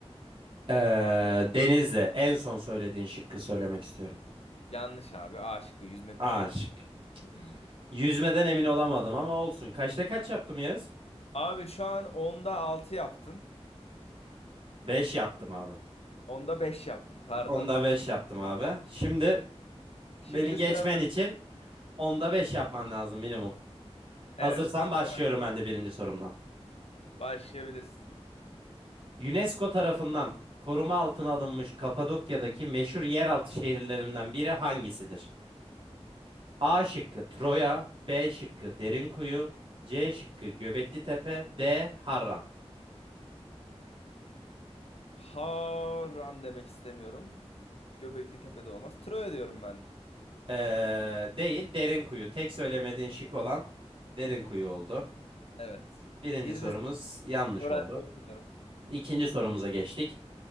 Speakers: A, on the right; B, on the left.
A: eee, Denizli. En son söylediğin şıkkı söylemek istiyorum.
B: Yanlış abi. A şıkkı yüzme,
A: A
B: koşu, atıcılık,
A: şık.
B: binicilik.
A: Yüzmeden emin olamadım ama olsun. Kaçta kaç yaptım Yağız?
B: Abi şu an onda 6 yaptın.
A: 5 yaptım abi.
B: onda 5 yaptın pardon.
A: Onda 5 yaptım abi. Şimdi
B: Şimdi
A: beni geçmen
B: sıra ben.
A: için onda 5 yapman lazım minimum. Hazırsan
B: Evet sıra
A: başlıyorum
B: ben.
A: ben de birinci sorumdan.
B: Başlayabilirsin.
A: UNESCO tarafından koruma altına alınmış Kapadokya'daki meşhur yeraltı şehirlerinden biri hangisidir? A şıkkı Troya, B şıkkı Derinkuyu, C şıkkı Göbekli Tepe, D Harran.
B: Haran demek istemiyorum. Göbekli Tepe'de olmaz. Troya diyorum ben.
A: Ee, değil Derinkuyu. Tek söylemediğin şık olan Derinkuyu oldu.
B: Evet.
A: Birinci
B: Bir
A: sorumuz
B: de
A: yanlış
B: moral
A: oldu.
B: bozmuyorum.
A: İkinci sorumuza geçtik.